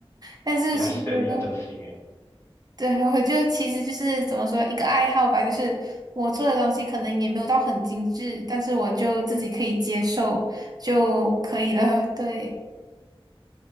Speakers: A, on the right; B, on the left.
A: 但是其实
B: 你还是你还真行诶。
A: 对，我就其实就是怎么说一个爱好吧，就是我做的东西可能也没有到很精致，但是我就自己可以接受就可以了。<laughs> 对